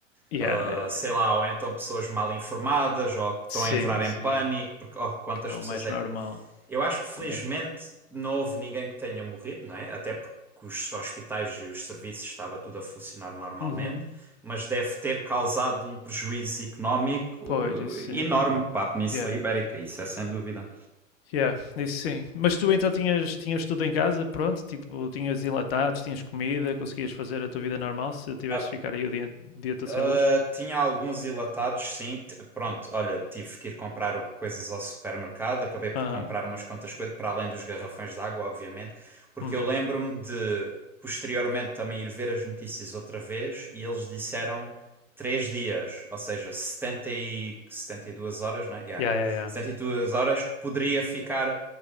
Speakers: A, on the left; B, in the centre.
A: Yeah,
B: Ah,
A: yeah.
B: sei lá, ou então pessoas mal informadas, ou que estão
A: sim,
B: a entrar em
A: sim,
B: pânico, porque oh, quantas
A: que é o
B: pessoas
A: mais
B: é
A: normal,
B: que. Eu acho que felizmente
A: yeah.
B: não houve ninguém que tenha morrido, não é? Até porque os hospitais e os serviços estava tudo a funcionar normalmente,
A: Uhum.
B: mas deve ter causado um prejuízo económico
A: Pois, isso
B: enorme
A: sim, yeah, yeah.
B: para a Península
A: Yeah,
B: Ibérica,
A: yeah.
B: isso é sem dúvida.
A: Yeah, isso sim. Mas tu então tinhas, tinhas tudo em casa, pronto? Tipo, tinhas enlatados, tinhas comida, conseguias fazer a tua vida normal se tivesse
B: A,
A: de ficar aí o dia, dia todo
B: Uh,
A: sem luz?
B: tinha alguns enlatados, sim. T- Pronto, olha, tive que ir comprar o- coisas ao supermercado. Acabei por
A: Ah,
B: comprar umas quantas coisas, para além dos garrafões de água, obviamente, porque
A: uhum.
B: eu lembro-me de posteriormente também ir ver as notícias outra vez e eles disseram três dias, ou seja, setenta e, 72 horas, né? Yeah.
A: Yeah, yeah, yeah.
B: setenta e duas horas que poderia ficar